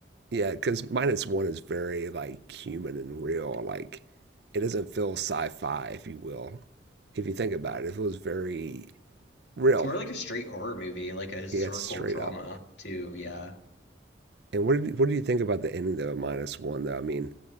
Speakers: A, on the right (about 60°); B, on the left (about 70°).
A: Yeah, because minus one is very like human and real. Like it doesn't feel sci-fi, if you will. If you think about it, it feels very real.
B: It's more like a straight horror movie, like a historical
A: Yeah, it's straight
B: drama,
A: up.
B: too. Yeah.
A: And what did, what do you think about the ending though of minus one though? I mean,